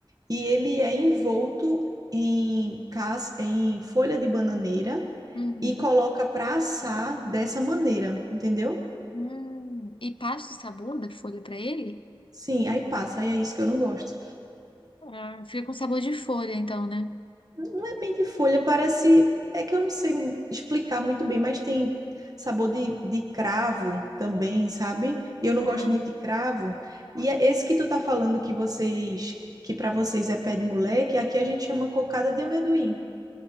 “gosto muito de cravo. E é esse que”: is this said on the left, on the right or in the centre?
Right